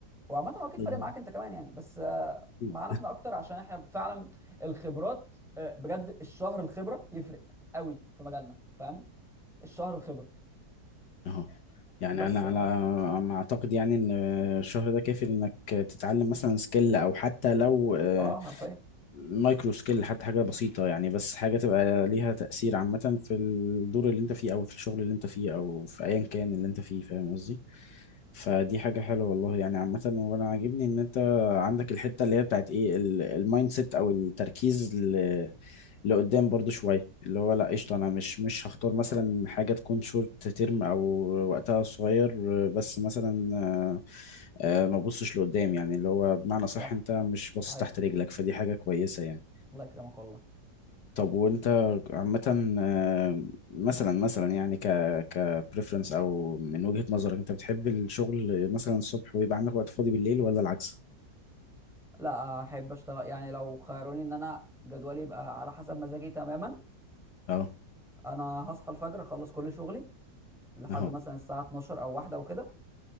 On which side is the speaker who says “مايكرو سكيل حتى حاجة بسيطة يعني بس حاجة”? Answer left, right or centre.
Left